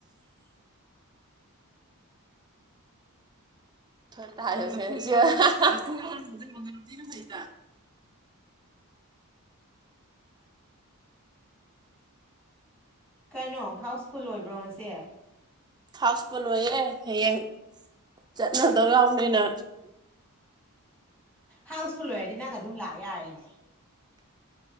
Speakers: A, on the right; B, in the centre.
A: ꯁꯤ <unintelligible>
B: <inaudible> ꯀꯩꯅꯣ ꯍꯥꯎꯁꯐꯨꯜ ꯑꯣꯏꯕ꯭ꯔꯣ ꯉꯁꯦ
A: ꯍꯥꯎꯁꯐꯨꯜ ꯑꯣꯏꯌꯦ ꯍꯌꯦꯡ ꯆꯠꯅꯗꯧ ꯌꯥꯎꯅꯤꯅ
B: ꯍꯥꯎꯁꯐꯨꯜ ꯑꯣꯏꯔꯗꯤ ꯅꯪ ꯑꯗꯨꯝ ꯂꯥꯛ ꯌꯥꯔꯤꯅꯦ